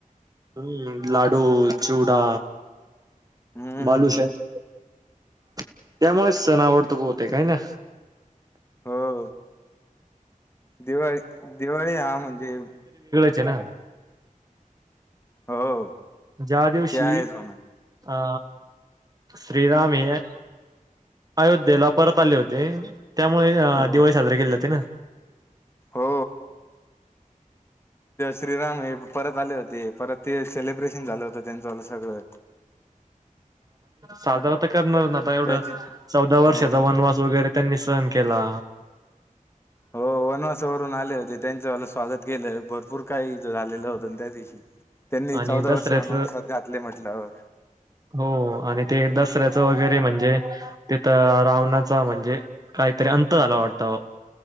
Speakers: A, on the right; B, on the left.
A: हम्म लाडू चुवडा
B: हम्म
A: बालूशाहेब त्यामुळेच सण आवडतोते काय ना.
B: हो. दिवाळी दिवाळी हा म्हणजे
A: ज ना
B: हो.
A: ज्या दिवशी
B: ते आहेच म्हणा
A: अ श्रीराम हे अयोध्येला परत आले होते. त्यामुळे
B: हो
A: दिवाळी साजरी केली होती ना.
B: हो श्रीराम हे परत आले होते परत ते सेलिब्रेशन झालं होत. त्यांलं सगळं
A: साधारणत करणार आता एवढ
B: त्याची
A: चौदा वर्षाचा
B: हो
A: वनवास वगैरे त्यांनी सहन केला.
B: हो वनवासावरून आले होते त्यांचं स्वागत केलं भरपूर काही झालेलं होतं त्या दिवशी त्यांनी
A: आणि
B: चौदा
A: दसऱ्याच
B: वर्ष वनवासात घातले म्हटलं
A: हो आणि ते दसऱ्याचं वगैरे म्हणजे, तिथ रावणाचा म्हणजे काहीतरी अंत झाला वाटत.